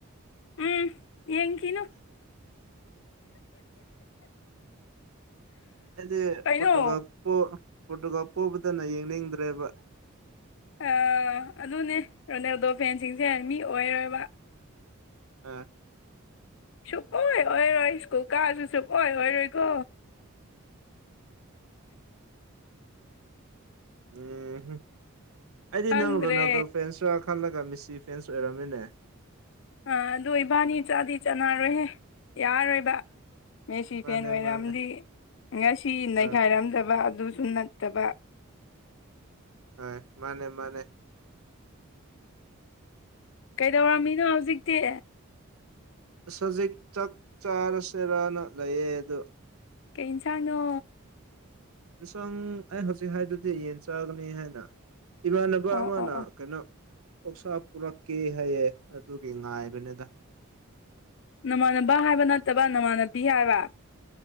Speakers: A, on the left (about 60°); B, on the right (about 80°).
A: ꯎꯝ ꯌꯦꯡꯈꯤꯅꯨ
B: ꯑꯩꯗꯤ
A: ꯀꯩꯅꯣ
B: ꯄꯔꯣꯇꯨꯒꯜ ꯄꯣ ꯄꯔꯣꯇꯨꯒꯜ ꯄꯣꯕꯗꯅ ꯌꯦꯡꯅꯤꯡꯗ꯭ꯔꯦꯕ
A: ꯑ ꯑꯗꯨꯅꯦ ꯔꯣꯅꯦꯜꯗꯣ ꯐꯦꯟꯁꯤꯡꯁꯦ ꯃꯤ ꯑꯣꯏꯔꯣꯏꯕ
B: ꯑ꯫
A: ꯁꯨꯛꯑꯣꯏ ꯑꯣꯏꯔꯣꯏ ꯁꯀ꯭ꯨꯜ ꯀꯥꯔꯁꯨ ꯁꯨꯛꯑꯣꯏ ꯑꯣꯏꯔꯣꯏꯀꯣ꯫
B: ꯎꯝ ꯑꯩꯗꯤ
A: ꯈꯪꯗ꯭ꯔꯦ
B: ꯅꯪ ꯔꯣꯅꯥꯜꯗꯣ ꯐ꯭ꯔꯦꯟꯁ ꯔ ꯈꯜꯂꯒ ꯃꯤꯁꯤ ꯐ꯭ꯔꯦꯟꯁ ꯑꯣꯏꯔꯝꯃꯤꯅꯦ
A: ꯑꯥ ꯑꯗꯨꯣ ꯏꯕꯥꯅꯤ ꯆꯥꯗꯤ ꯆꯥꯟꯅꯔꯣꯏꯍꯦ ꯌꯥꯔꯔꯣꯏꯕ ꯃꯦꯁꯤ
B: ꯃꯥꯅꯦ
A: ꯐꯦꯟ ꯑꯣꯏꯔꯝꯗꯤ
B: ꯃꯥꯅꯦ
A: ꯉꯁꯤ ꯅꯩꯈꯥꯏꯔꯝꯗꯕ
B: ꯑ
A: ꯑꯗꯨꯁꯨ ꯅꯠꯇꯕ꯫
B: ꯍ ꯃꯥꯅꯦ ꯃꯥꯅꯦ
A: ꯀꯩꯗꯧꯔꯝꯃꯤꯅꯣ ꯍꯧꯖꯤꯛꯇꯤ
B: ꯁꯖꯤꯛ ꯆꯥꯛ ꯆꯥꯔꯁꯦꯔꯅ ꯂꯩꯌꯦ ꯑꯗꯨ꯫
A: ꯀꯩ ꯌꯦꯟꯁꯥꯡꯅꯣ
B: ꯌꯦꯁꯥꯡ ꯑꯩ ꯍꯧꯖꯤꯛ ꯍꯥꯏꯗꯨꯗꯤ ꯌꯦꯟ ꯆꯥꯒꯅꯤ ꯍꯥꯏꯅ ꯏꯃꯥꯟꯅꯕ
A: ꯑꯣ
B: ꯑꯃꯅ
A: ꯑꯣ ꯑꯣ
B: ꯀꯩꯅꯣ ꯑꯣꯛꯁꯥ ꯄꯨꯔꯛꯀꯦ ꯍꯥꯏꯌꯦ ꯑꯗꯨꯒꯤ ꯉꯥꯏꯕꯅꯦꯗ
A: ꯅꯃꯥꯟꯅꯕ ꯍꯥꯏꯕ ꯅꯠꯇꯕ ꯅꯃꯥꯟꯅꯕꯤ ꯍꯥꯏꯕ꯫